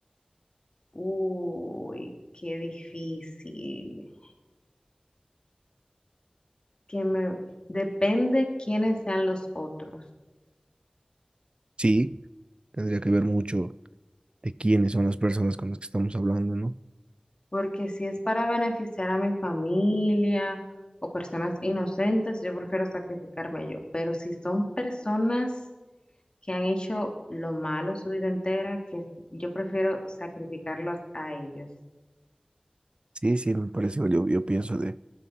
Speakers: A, on the left; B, on the right.
A: Uy, qué difícil. Que me depende quiénes sean los otros.
B: Sí, tendría que ver mucho de quiénes son las personas con las que estamos hablando, ¿no?
A: Porque si es para beneficiar a mi familia o personas inocentes, yo prefiero sacrificarme yo. Pero si son personas que han hecho lo malo su vida entera, que yo prefiero sacrificarlos a ellos.
B: Sí, sí, me parece, yo, yo pienso de, de